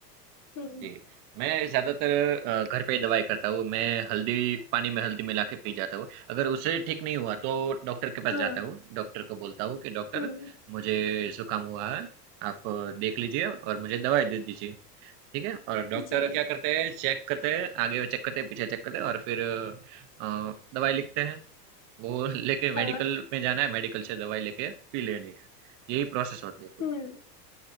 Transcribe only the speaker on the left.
हम्म
हाँ
हम्म
जी
हाँ
हम्म